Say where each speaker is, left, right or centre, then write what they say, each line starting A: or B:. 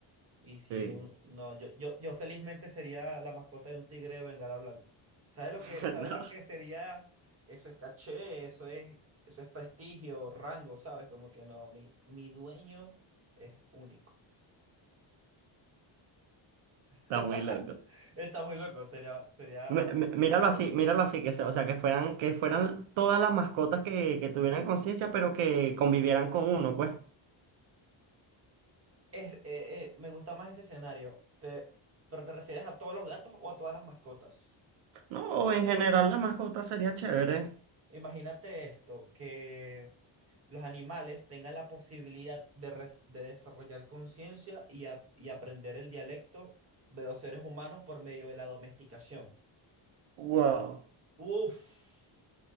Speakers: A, on the right; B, on the right.
A: Y si...
B: Sí.
A: un- No, yo, yo, yo felizmente sería la mascota de un tigre de Bengala blanco. ¿Sabes lo
B: <laughs>
A: que, sabes
B: No,
A: lo que sería? Eso es caché, eso es, eso es prestigio, rango, ¿sabes? Como que no, mi, mi dueño es único. <laughs>
B: está muy loco.
A: Está muy loco, sería, sería
B: M-
A: muy
B: m- Míralo
A: loco.
B: así, míralo así, que se- o sea, que fueran, que fueran todas las mascotas que, que tuvieran conciencia, pero que convivieran con uno, pues.
A: Es, eh, eh, me gusta más ese escenario. Te- pero ¿te refieres a todos los gatos o a todas las mascotas?
B: No, en general la mascota sería chévere.
A: Imagínate esto, que los animales tengan la posibilidad de, res- de desarrollar conciencia y, a- y aprender el dialecto de los seres humanos por medio de la domesticación.
B: Wow.
A: Uf,